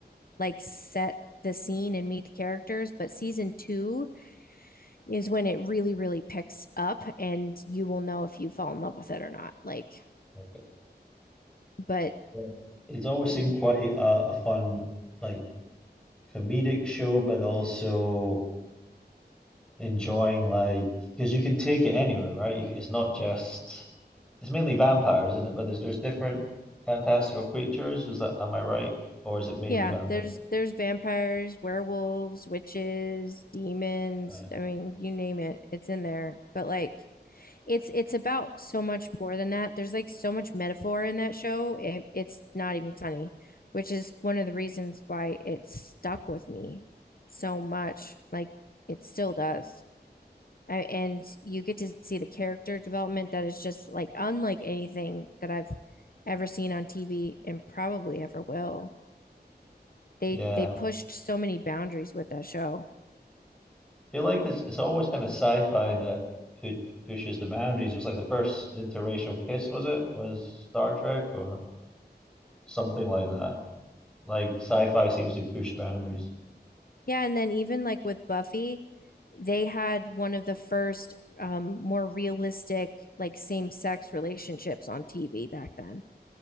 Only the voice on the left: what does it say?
like set the scene and meet the characters, but season two is when it really, really picks up and you will know if you fall in love with it or not. Like,
but
y-
yeah,
there's there's vampires, werewolves, witches, demons.
I mean, you name it, it's in there. But like it's it's about so much more than that. There's like so much metaphor in that show. It, it's not even funny, which is one of the reasons why it stuck with me so much. Like it still does. I, and you get to see the character development that is just like unlike anything that I've ever seen on TV and probably ever will. They
they pushed
so many boundaries with that show.
Yeah, and then even like with Buffy, they had one of the first um more realistic like same-sex relationships on TV back then.